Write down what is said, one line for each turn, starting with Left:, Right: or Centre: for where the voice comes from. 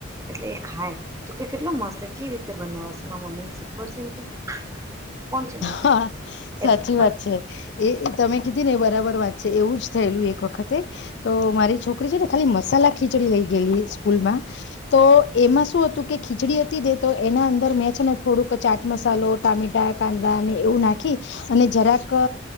Right: એટલે એ ખાય તો કે કેટલો મસ્ત કેવી રીતે બનાવ છે મમ્મીને શીખવાડશે એમ કે કોણ છે ને
Left: હા
Right: એટલે
Left: સાચી વાત છે એ તમે કીધી ને બરાબર વાત છે એવું જ થયેલું એક વખતે તો મારી છોકરી છે ને ખાલી મસાલા ખીચડી લઈ ગયેલી સ્કૂલ માં તો એમાં શું હતું કે ખીચડી હતી દે તો એના અંદર મેં છે ને થોડુંક ચાટ મસાલો ટામેટા કા એવું નાખી અને જરાક